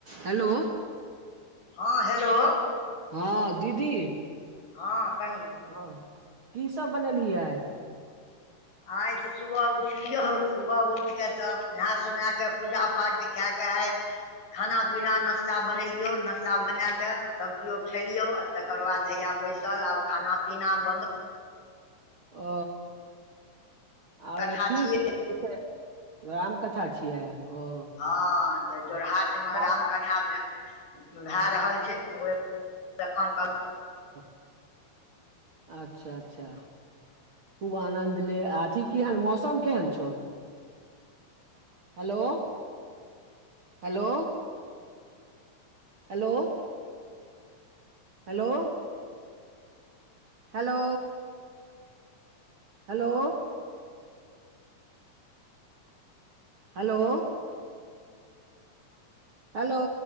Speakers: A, on the right; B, on the left.
A: हलो
B: हँ हेलो
A: हँ दीदी
B: हँ कहीँ
A: हँ की सब बनेलिहि आइ
B: आय तऽ सुबह उठलियौ सुबह उठि कऽ तब नहा सोना के पूजा पाठ कए के आय खाना पीना नस्ता बनेलियौ नस्ता बना क सभ किओ खेलियौ तकर बाद हैया बैसल आब खाना पीना बन्द
A: ओ आर
B: कथा
A: अथिक
B: छियै
A: <inaudible> रामकथा छै क्या ओ
B: हँ तऽ जोरहाट
A: आ
B: में
A: मौसम
B: रामकथा भेल भए रहल छै <inaudible> जखन
A: ओ अच्छा अच्छा खूब आनन्द ले आ ठीक अथीहन मौसम केहन छौ hello hello hello hello hello hello hello hello